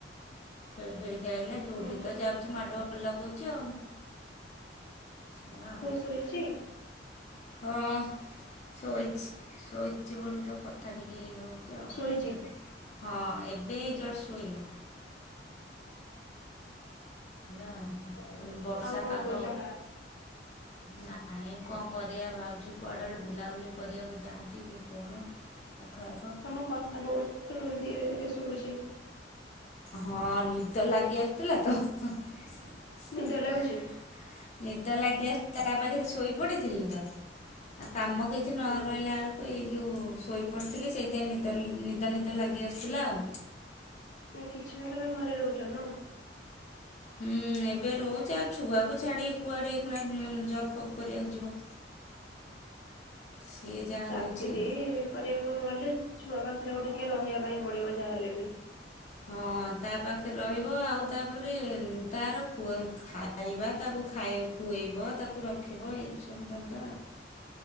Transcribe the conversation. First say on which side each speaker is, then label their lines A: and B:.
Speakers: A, on the left; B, on the left.
A: ଖେଳି ଖେଳିକି ଆାଇଲା ଯୋଉଠି
B: ଓହୋ
A: ତ ଯାଉଛି ମାଡଗୋଳ ଲଗାଉଛି ଆଉ। ଏଇଆ ଆଉ।
B: ଶୋଇଚି?
A: ହଁ ଶୋଇଛି ଶୋଇଛି ବୋଲି ତ କଥା ଟିକେ ହେଇ ହଉ <unintelligible>
B: ଶୋଇଛି।
A: କଣ କରିବା। ହଁ ଏବେ ଜଷ୍ଟ୍ ଶୋଇଲା। ଆଉ
B: <inaudible>
A: ବର୍ଷା
B: ଆଉ କଣ
A: ପାଗ
B: କହୁଛ?
A: ନାଇଁ କଣ କରିବା ଭାବୁଛୁ କୁଆଡେ ବେଳେ ବୁଲାବୁଲି କରିବାକୁ ଯାଆନ୍ତି କି କଣ? ପାଖ ଆଖ
B: ତମ କଥା ବହୁତ ଧୀରେ ଧୀରେ ଶୁଭୁଛି।
A: ହଁ ନିଦ ଲାଗି ଆସୁଥିଲା <unintelligible>
B: ନିଦ ଲାଗୁଛି?
A: ନିଦ ଲାଗିଆ ତା ପାଖରେ ଶୋଇ ପଡିଥିଲି ତ ଆଉ କାମ କିଛି
B: ହଁ
A: ନ ରହିଲା ବଳ ଏଇ ଯୋଉ ଶୋଇପଡ଼ିଥିଲି ସେଇଥିପାଇଁ ନିଦ ନିଦ ନିଦ ଲାଗି ଆସୁଥିଲା ଆଉ।
B: କିଛି ନାହିଁ ତମେ ଘରେ ରହୁଛ ନା?
A: ହୁଁ ଏବେ ରହୁଛି ଆଉ ଛୁଆକୁ ଛାଡ଼ିିକି କୁଆଡେ ଆଇ କଣା ଜବ୍ ଫବ୍ କରିବାକୁ ଯିବ। ସିଏ ଯାହା
B: ଚାକିରି
A: ହଉଛି।
B: କରିବାକୁ ଗଲେ ଛୁଆ ପାଖରେ ଗୋଟିଏ କିଏ ରହିବା ପାଇଁ ପଡ଼ିବ ଯାହା ହେଲେ ବି।
A: ହଁ ତା ପାଖରେ ରହିବ ଆଉ ତାପରେ ତାର ଖୁଆ ଖାଇ ଖାଇବା ତାକୁ ଖାଇ ଖୁଆଇବ ତାକୁ ରଖିବ ଏଇ ସବୁ ଧନ୍ଦା ଆଉ।